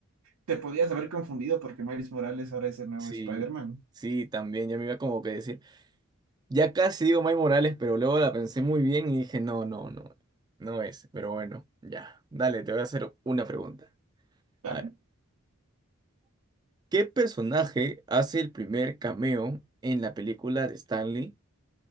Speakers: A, on the right; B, on the right.
A: te podías haber confundido porque Miles Morales ahora es el nuevo
B: Sí,
A: Spider-Man,
B: sí, también, yo me iba como que a decir. Ya casi digo Miles Morales, pero luego la pensé muy bien y dije, no, no, no, no es. Pero bueno, ya. Dale, te voy a hacer una pregunta.
A: ¿vale?
B: A ver, ¿qué personaje hace el primer cameo en la película de Stanley?